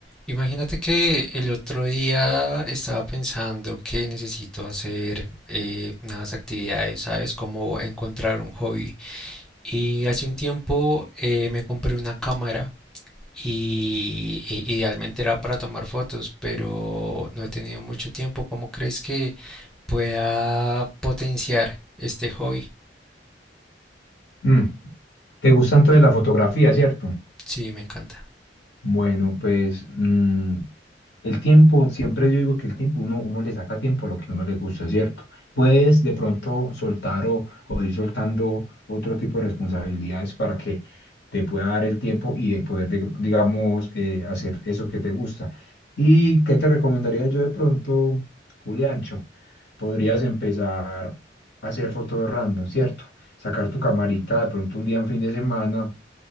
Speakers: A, in the centre; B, on the left (about 75°).
A: Imagínate que el otro día estaba pensando que necesito hacer eh, unas actividades, ¿sabes? Como encontrar un hobby. Y hace un tiempo eh, me compré una cámara y e- idealmente era para tomar fotos, pero no he tenido mucho tiempo. ¿Cómo crees que pueda potenciar este hobby?
B: Mm, ¿Te gusta entonces la fotografía, cierto?
A: Sí, me encanta.
B: Bueno, pues mm, el tiempo, siempre yo digo que el tiempo, uno, uno le saca tiempo a lo que a uno le gusta, ¿cierto? Puedes de pronto soltar o, o ir soltando otro tipo de responsabilidades para que te pueda dar el tiempo y de poder, dig- digamos, eh, hacer eso que te gusta. ¿Y qué te recomendaría yo de pronto, Juliancho? Podrías empezar a hacer fotos random, ¿cierto? Sacar tu camarita de pronto un día en fin de semana